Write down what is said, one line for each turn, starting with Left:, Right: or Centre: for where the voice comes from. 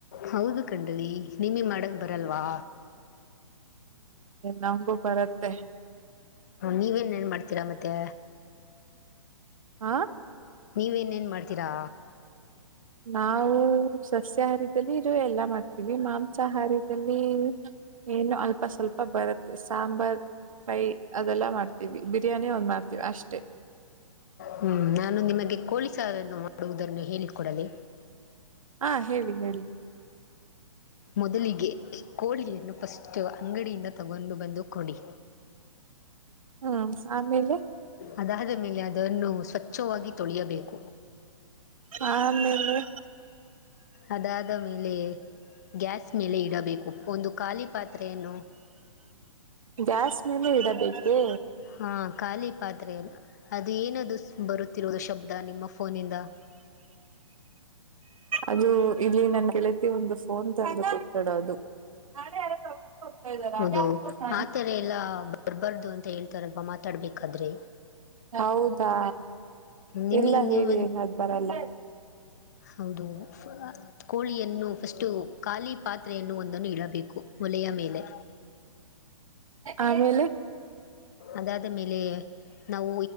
Left: ಹೌದು ಕಣ್ರೀ ನಿಮಿಗ್ ಮಾಡಕ್ ಬರಲ್ವಾ.
Right: ನಂಗೂ ಬರುತ್ತೆ.
Left: ನೀವೇನ್ ಏನ್ ಮಾಡ್ತೀರಾ ಮತ್ತೆ.
Right: ಹಾ.
Left: ನೀವೇನ್ ಏನ್ ಮಾಡ್ತೀರಾ.
Right: ನಾವು ಸಸ್ಯಾಹಾರಿದಲ್ಲಿ ಇದು ಎಲ್ಲ ಮಾಡ್ತೀವಿ ಮಾಂಸಾಹಾರಿ. ಎಲ್ಲಿ <unintelligible> ಅಲ್ಪ ಸ್ವಲ್ಪ ಬರುತ್ತೆ ಸಾಂಬಾರ್. ರೈ ಅದೆಲ್ಲ ಮಾಡ್ತೀವಿ ಬಿರಿಯಾನಿ ಒಂದ್ ಮಾಡ್ತೀವಿ ಅಷ್ಟೇ.
Left: ಹ್ಮ್ ನಾನು ನಿಮಗೆ ಕೋಳಿ ಸಾರನ್ನು ಮಾಡುವುದನ್ನು ಹೇಳಿ ಕೊಡಲೇ
Right: ಹಾ ಹೇಳಿ ಹೇಳಿ
Left: ಮೊದಲಿಗೆ ಕೋಳಿಯನ್ನು ಫಸ್ಟು ಅಂಗಡಿಯಿಂದ ತಗೊಂಡು ಬಂದು ಕೊಡಿ
Right: ಹ್ಮ ಆಮೇಲೆ
Left: ಅದಾದ ಮೇಲೆ ಅದನ್ನು ಸ್ವಚ್ಛವಾಗಿ ತೊಳಿಯಬೇಕು
Right: ಆಮೇಲೆ
Left: ಅದಾದ ಮೇಲೆ ಗ್ಯಾಸ್ ಮೇಲೆ ಇಡಬೇಕು ಒಂದು ಖಾಲಿ ಪಾತ್ರೆಯನ್ನು
Right: ಗ್ಯಾಸ್ ಮೇಲೆ ಇಡಬೇಕೇ
Left: ಹಾ ಖಾಲಿ ಪಾತ್ರೆಯಲ್ಲೇ ಅದು ಏನದು ಬರುತ್ತಿರೋದು ಶಬ್ದ ನಿಮ್ಮ ಫೋನಿಂದ
Right: ಅದು ಇಲ್ಲಿ ನನ್ ಗೆಳತಿ ಒಂದು ಫೋನ್ ತಂದು ಕೊಟ್ಟಳು ಅದು ನಾಳೆ ಯಾರಾದ್ರು ಔಟಿಂಗ್
Left: ಹೌದು
Right: ಗೇ ಹೋಗತಿದಾರಾ
Left: ಆ ಥರ ಎಲ್ಲ ಬರಬಾರ್ದು ಅಂತ ಹೇಳ್ತಾರಲ್ಲ ಮಾತಾಡ್ಬೇಕಾದ್ರೆ
Right: ಹೌದಾ
Left: ನಿಮಗೆ
Right: ಇಲ್ಲ
Left: ನೀವು
Right: ಹೇಳಿ ಅದ್ ಬರಲ್ಲ
Left: ಹೌದು ಕೋಳಿಯನ್ನು ಫಸ್ಟು ಖಾಲಿ ಪಾತ್ರೆಯನ್ನು ಒಂದನ್ನು ಇಡಬೇಕು ಒಲೆಯ ಮೇಲೆ
Right: ಆಮೇಲೆ
Left: ಅದಾದ ಮೇಲೆ ನಾವು